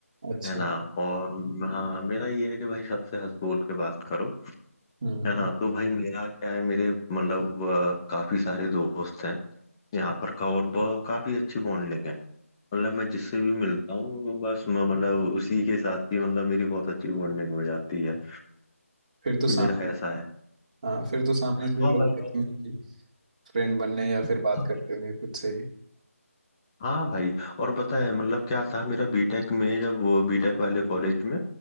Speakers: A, on the right; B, on the left.
A: अच्छा
B: है ना और हाँ मेरा ये है कि भाई सबसे हंस बोल के बात करो
A: हम्म
B: है ना तो भाई मेरा क्या है मेरे मतलब अ, काफी सारे दोस्त हैं यहाँ पर का और ब- काफी अच्छी बॉन्डिंग है मतलब मैं जिससे भी मिलता हूँ वो बस म- मतलब उसी के साथ ही मतलब मेरी बहुत अच्छी बॉन्डिंग हो जाती है
A: फिर तो
B: मेरा
A: साम
B: ऐसा है
A: हाँ फिर तो सामने से
B: हाँ
A: लोग
B: भाई
A: देखेंगे कि फ्रेंड बनने या फिर
B: और-
A: बात करते होंगे खुद से ही
B: हाँ भाई और पता है मतलब क्या था मेरा बीटेक में जब बीटेक वाले कॉलेज में